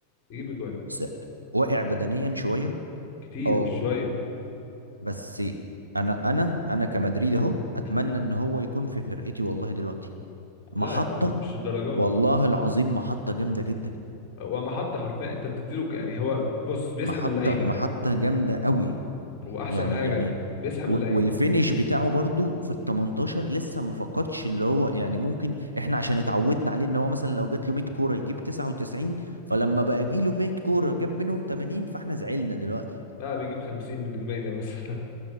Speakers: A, on the left (about 40°); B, on the right (about 85°).
A: بيجيب اجوان
B: س- واقع بدنيا شويه
A: كتير
B: اه
A: مش شويه
B: بس انا انا انا كمدريد اهو اتمنى
A: مم.
B: ان هو يكون في فرقتي والله دلوقتي محطه
A: لا يا عم مش الدرجه
B: والله
A: دي
B: العظيم محطة جامدة جدا
A: وما حط حرفيا انت بتديله ك- يعني هو بص بيسحب
B: محطة
A: اللعيبه
B: محطة
A: يعني هو
B: جامدة قوي
A: هو احسن
B: يعني
A: حاجه
B: يعني
A: بيسحب
B: و-
A: اللعيبه
B: والفينش بتاعه برضو في ال 18 لسه ما فقدش اللي هو يعني ممكن احنا عشان اتعودنا عليه ان هو مثلا لو جات له 100 كورة يجيب 99 فلما بقى جي له 100 كورة جاب منهم 80 فاحنا زعلنا دلوقتي
A: بقى بيجيب 50 من المية مثلا